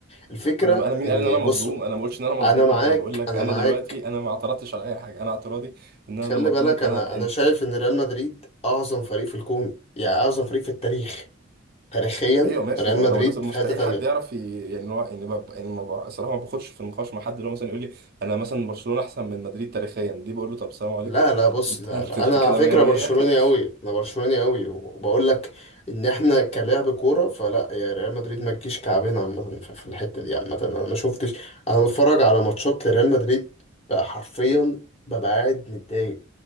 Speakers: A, on the left; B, on the right.
A: الفكره
B: انا انا مين
A: ان
B: قال ان انا مصدوم
A: بص
B: انا ما بقولش ان انا مصدوم
A: انا معاك
B: انا بقول لك
A: انا
B: انا
A: معاك
B: دلوقتي انا ما اعترضتش على اي حاجه انا اعتراضي ان انا
A: خلي
B: لما
A: بالك
B: اكون انا
A: انا انا شايف ان ريال مدريد اعظم فريق في الكون يعني اعظم فريق في التاريخ تاريخيا
B: ايوه ماشي
A: ريال
B: ما
A: مدريد
B: انا ما ده مستحيل
A: في حته تانية
B: حد يعرف ي- يعني هو يعني بب... يعني ما ب... الصراحه ما باخدش في نقاش مع حد اللي هو مثلا يقول لي انا مثلا برشلونه احسن من مدريد تاريخيا دي بقول له طب سلام عليكم
A: لا لا بص
B: انت
A: لا
B: <laughs> انت,
A: لا
B: انت
A: انا
B: كده
A: على فكره
B: 100 100
A: برشلوني قوي انا برشلوني قوي وبقول لك ان احنا كلاعب كوره فلا يا ريال مدريد ما تجيش كعبنا عامه في في الحته دي عامه انا ما شفتش انا بتفرج على ماتشات لريال مدريد بقى حرفيا ببقى قاعد متضايق